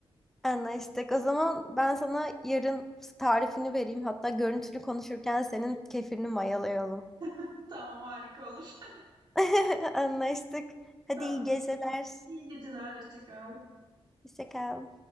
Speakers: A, in the centre; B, on the right (about 50°).
A: Anlaştık. O zaman ben sana yarın tarifini vereyim. Hatta görüntülü konuşurken senin kefirini mayalayalım.
B: <laughs> Tamam, harika olur. <laughs>
A: <laughs> Anlaştık. Hadi
B: Tamam.
A: iyi geceler.
B: İyi geceler. Hoşça kal.
A: Hoşça kal.